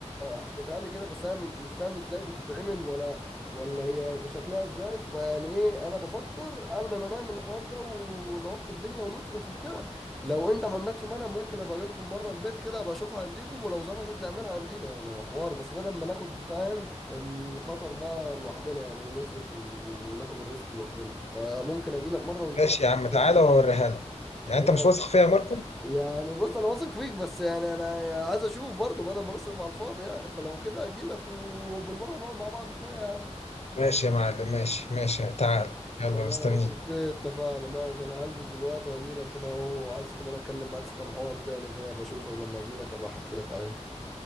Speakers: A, in the centre; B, on the left.
A: حكيتها لي كده بس انا مش مش فاهم ازاي بتتعمل ولا ولا هي هيبقى شكلها ازاي فيعني ايه انا بفكر قبل ما نعمل الحوار ده ونعك الدنيا ونصرف وبتاع لو انت ما عندكش مانع ممكن ابقى اجي لكم مره البيت كده ابقى اشوفها عندكم ولو ظبطت نعملها عندنا يعني هو حوار بس بدل ما ناخد فاهم الخطر ده لوحدنا يعني ونصرف وناخد الريسك لوحدنا فممكن اجي لك مره ونشوف
B: ماشي يا عم
A: ممكن
B: تعالى
A: نعملها
B: واوريها لك يعني
A: خلاص
B: انت مش واثق فيا يا ماركو
A: يعني بص انا واثق فيك بس يعني انا عايز اشوف برضه بدل ما نصرف على الفاضي يعني فلو كده اجي لك وبالمره نقعد مع بعض شويه يا عم
B: ماشي يا معلم ماشي ماشي تعال يلا
A: خلاص
B: مستنيك
A: اوكي اتفقنا ماشي انا هلبس دلوقتي واجي لك كده اهو وعايز كمان اتكلم معاك في كام حوار تاني كده بشوفك لما اجي لك ابقى احكي لك عليهم